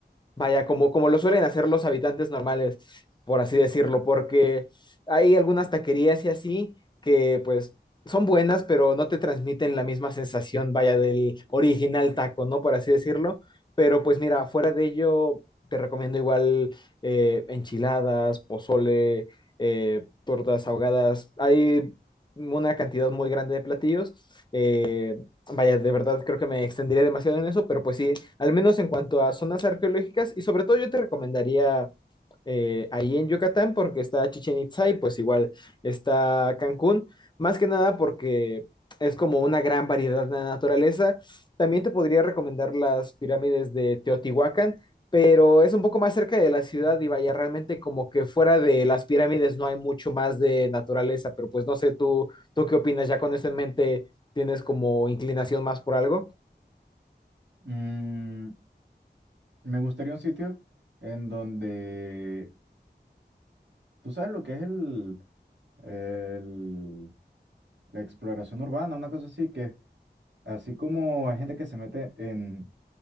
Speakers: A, on the left; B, on the right.
A: Vaya, como, como lo suelen hacer los habitantes normales, por así decirlo, porque hay algunas taquerías y así que pues son buenas, pero no te transmiten la misma sensación, vaya, del original taco, ¿no? Por así decirlo. Pero pues mira, fuera de ello, te recomiendo igual eh, enchiladas, pozole, eh, tortas ahogadas. Hay una cantidad muy grande de platillos. eh, Vaya, de verdad creo que me extendería demasiado en eso, pero pues sí, al menos en cuanto a zonas arqueológicas y sobre todo yo te recomendaría eh, ahí en Yucatán porque está Chichen Itzá y pues igual está Cancún, más que nada porque es como una gran variedad de la naturaleza. También te podría recomendar las pirámides de Teotihuacán, pero es un poco más cerca de la ciudad y vaya, realmente como que fuera de las pirámides no hay mucho más de naturaleza, pero pues no sé tú, tú qué opinas ya con eso en mente tienes como inclinación más por algo.
B: Mm, me gustaría un sitio en donde, tú sabes lo que es el, el- la exploración urbana, una cosa así, que así como hay gente que se mete en